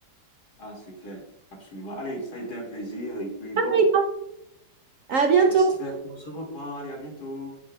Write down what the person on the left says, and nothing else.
Ah, c'est clair, absolument. Allez, ça a été un plaisir, et puis bon.
J'espère qu'on se reprend. Allez, à bientôt.